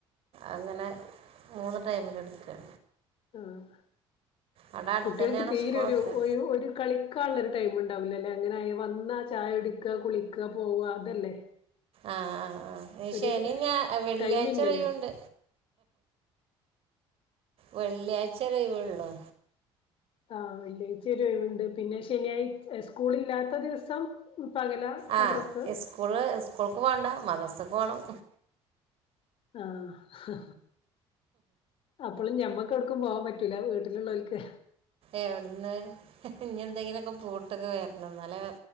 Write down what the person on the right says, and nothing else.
അങ്ങനെ മൂന്ന് ടൈമില്ട്ക്കാ.
അവിടെ അടുത്ത്
തന്നെയാണ്
സ്കൂളൊക്കെ
ആഹ് ആഹ് ആഹ് എഹ്
ശനി ഞാ അ വെള്ളിയായ്‌ച്ചൊയ്
വ്ണ്ട്. വെള്ളിയാഴ്ചരൊയിവൊള്ളോ?
ആഹ്
സ്കൂള് സ്കൂൾക്ക് പോണ്ട മദ്രസക്ക് പോണം.
എവ്ട്ന്ന് ഇഞെന്തെങ്കിലൊക്കെ പൂട്ടൊക്കെ വെര്ണം ന്നാലെ